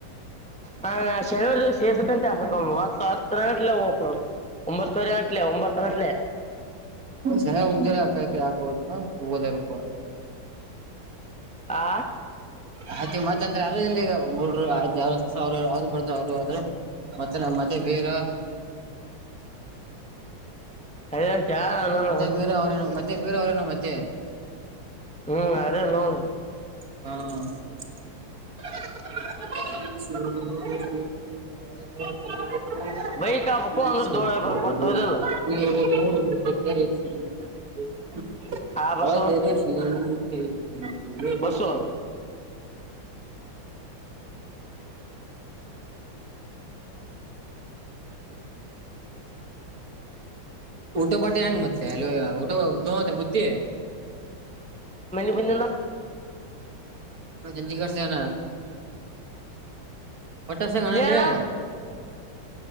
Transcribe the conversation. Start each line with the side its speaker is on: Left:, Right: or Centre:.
Centre: ಹ ಶನಿವಾರದ ಸೇರ್ಸಕ್ಕಂತ ಹ ತ್ತ ನಟಲ್ಲ ಹಕು ಒಂಬತ್ತರೆ ಗಂಟಿಲ್ಲ ಒಂಬತ್ತುನಟಲೆೇ
Right: ನ ಹಗ ಅಕಾಕ ಯಾಕತ ಹದಲ್ಪ
Centre: ಆ
Right: ಆಯ್ತಿ ಮತ್ತಂದ್ರ ಯಾರ ಇಲ್ಲಿರು ಆಯ್ ಯಸ ಅವ್ರ್ರು ಬರ್ತ ಅವರು್ರರು ಮತ್ತೆ ನ ಮತ್ತೆ ಬೇರ
Centre: ಅದ ಚಾರ ನೋಡ
Right: ಮತ್ತೆ
Centre: ಹೊಟ್ಟೆ
Right: ಬೀರ ಅವ್ರೇನು ಮತ್ತೆ ಬೇರೆ ಅವ್ರನ ಮತ್ತೆ
Centre: ಹ್ಮ್ ಅರೆೇ ನೋಡಿ
Right: ಹಾ ಸ ಎದ
Centre: ಬೈಕ್ ಹಾಕ್ಬೇಕು ಅಂದ್ರ ಧೂಳ ಬರ್ಕ್ ಬರ್ತಾವ ಇದಿಲ್ಲ
Right: ಹೌ ಸ
Centre: ಆ ಬಸ್ಸು ಬಸ್ಸು
Right: ಊಟೋಪಾಟಿ ಹೆಂಗ ಮತ್ತೆ ಅಲ್ಲಿ ಊ ತತ ಮುುದ್ಧ <inaudible>
Centre: ಮನಿಂದ
Right: ಜಂಜ ಕಾಸೆಯಾನ <inaudible> ಹೊಟ್ಟೆ ಸ್ತೈತಾ
Centre: ಹೇಳ